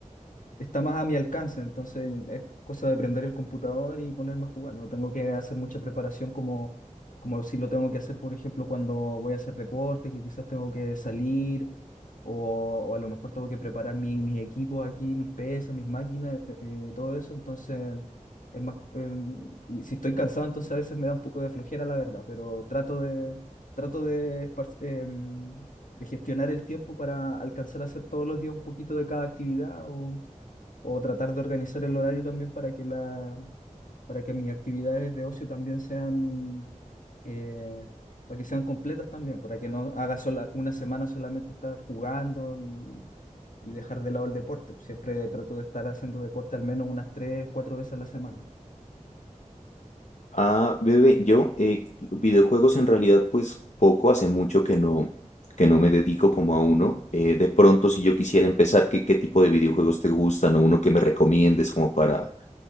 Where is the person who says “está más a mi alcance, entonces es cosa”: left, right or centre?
Left